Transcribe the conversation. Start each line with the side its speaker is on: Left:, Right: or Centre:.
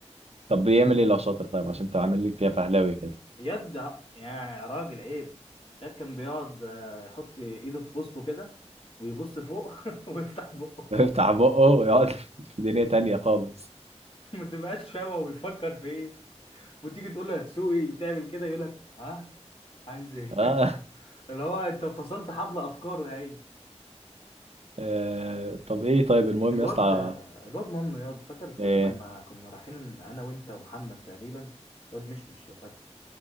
Right: طب بيعمل ايه لو شاطر طيب عشان انت عامل لك فيها فهلاوي كده
Left: يد يا راجل عيب يد كان بيقعد آه، يحط ايده في وسطه كده ويبص فوق <laughs> ويفتح بقه
Right: <laughs> بيفتح
Left: <laughs>
Right: بقه ويقعد في دنيا تانية خالص
Left: ما تبقاش فاهم هو بيفكر في ايه وتيجي تقول له هتسوقي وتعمل كده يقول لك ها عايز ايه
Right: اه,
Left: <laughs> اللي هو انت فصلت حبل افكاره يا عيني
Right: آه. طب ايه طيب المهم
Left: الواد
Right: يا اسطى
Left: الواد منه ياض فاكر فاكر
Right: ايه
Left: لما كنا رايحين انا وانت ومحمد تقريبا الواد مش مش لو فاكره